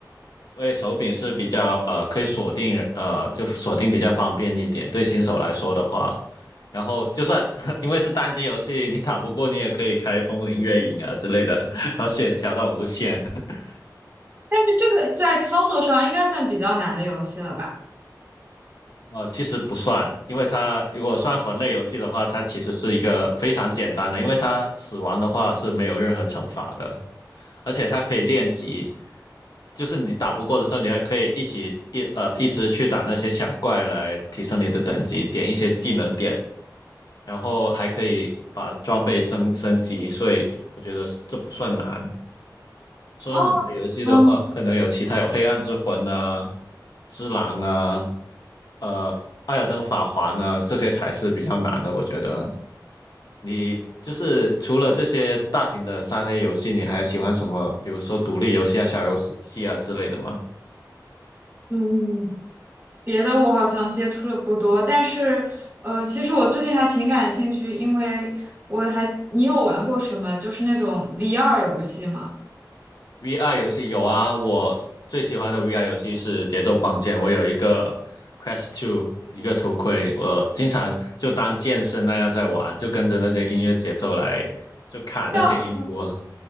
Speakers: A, on the left; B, on the right.
A: 因为手柄是比较呃可以锁定呃就锁定比较方便一点，对新手来说的话，然后就算 <laughs> 因为是单机游戏，你打不过你也可以开风铃月影啊之类的，<laughs> 把血调到无限。<laughs>
B: 但是这个在操作上应该算比较难的游戏了吧？
A: 呃，其实不算，因为它如果算魂类游戏的话，它其实是一个非常简单的，因为它死亡的话是没有任何惩罚的。而且它可以练级，就是你打不过的时候，你还可以一起一呃一直去打那些小怪来提升你的等级，点一些技能点，然后还可以把装备升升级，所以我觉得这不算难。
B: 哦，
A: 那游戏的话，
B: 嗯
A: 可能有其他有黑暗之魂啊、之狼啊、呃艾尔登法环啊，这些才是比较难的，我觉得。你就是除了这些大型的三 A 游戏，你还喜欢什么？比如说独立游戏啊、小游戏啊之类的吗
B: 嗯，别的我好像接触的不多，但是呃，其实我最近还挺感兴趣，因为我还，你有玩过什么就是那种 VR 游戏吗？
A: ？VR 游戏有啊，我最喜欢的 VR 游戏是《节奏光剑》，我有一个 Quest Two 一个头盔，我经常就当健身那样在玩，就跟着那些音乐节奏来，就砍那些音符。
B: 叫，